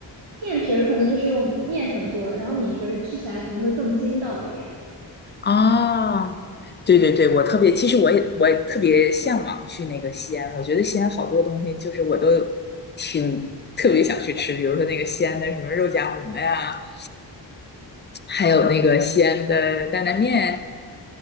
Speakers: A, on the right; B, on the left.
A: 面皮儿可能就是用面粉做的，然后米皮儿吃起来可能会更筋道一点。
B: 啊，对对对，我特别，其实我也我也特别向往去那个西安，我觉得西安好多东西就是我都挺特别想去吃，比如说那个西安的什么肉夹馍呀，还有那个西安的担担面。